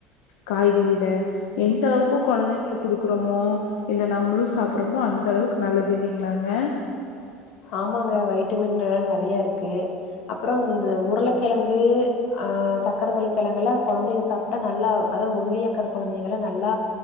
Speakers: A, on the left (about 85°); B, on the left (about 60°).
A: காய்கறில எந்த அளவுக்கு கொழந்தைங்களு குடுக்குறோமோ இல்ல நம்மளு சாப்புறோம்ப அந்த அளவுக்கு நல்லது இல்லைங்களாங்க
B: ஆமாங்க வைட்டமின் எல்லா நெறைய இருக்கு அப்புறோ இந்த உருளக்கெலங்கு ஆஹ சக்கரவள்ளி கெளங்கல்ல கொழந்தைக சாப்டா நல்லா அத்தா ஒல்லியாக்கற கொழந்தகெல்லா நல்லா